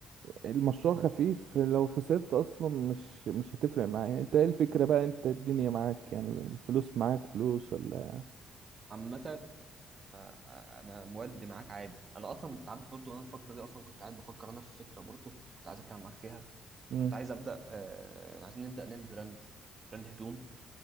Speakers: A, on the right; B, on the right.
A: المشروع خفيف لو خسرت اصلا مش مش هتفرق معايا انت ايه الفكرة بقى انت الدنيا معاك يعني الفلوس معاك فلوس ولا
B: عامه آه، آه، انا مودي معاك عادي انا اصلا انت عارف برضو انا الفتره دي اصلا كنت قاعد بفكر انا في فكره برضو كنت عايز اتكلم معاك فيها
A: امم
B: كنت عايز ابدا آه عايزين نبدا نعمل براند براند هدوم